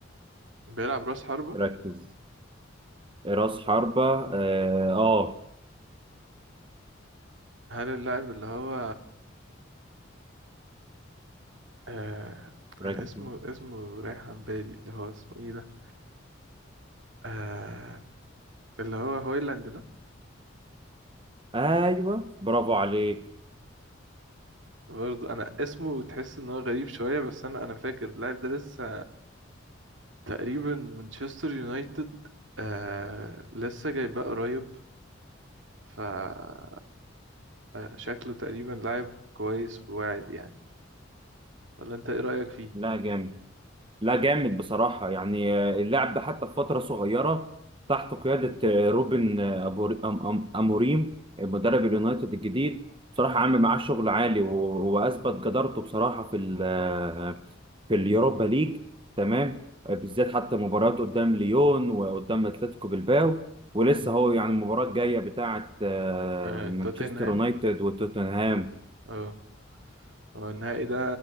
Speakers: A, on the right; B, on the right.
A: بيلعب راس حربة
B: ركز راس حربة اه آه.
A: هل اللاعب اللي هو آه آه،
B: ركب
A: اسمه اسمه رايح عن بالي اللي هو اسمه ايه ده آه اللي هو هويلاند ده
B: ايوه برافو عليك
A: برضه انا اسمه تحس ان هو غريب شوية بس انا انا فاكر اللاعب ده لسه تقريبا مانشستر يونايتد آه لسه جايباه قريب فهو شكله تقريبا لاعب كويس وواعد يعني ولا انت ايه رأيك فيه
B: لا جامد لا جامد بصراحه يعني آه، اللاعب ده حتى في فتره صغيره تحت قياده آه، روبن آه، أبور- أم- أم- اموريم مدرب اليونايتد الجديد بصراحه عامل معاه شغل عالي و- واثبت جدارته بصراحه في ال آه، في اليوروبا ليج تمام آه، بالذات حتى مباريات قدام ليون وقدام اتلتيكو بالباو ولسه
A: امم
B: هو يعني المباراه الجايه بتاعه آه،
A: آه
B: مانشستر
A: توتنهام
B: يونايتد وتوتنهام
A: اه هو النهائي ده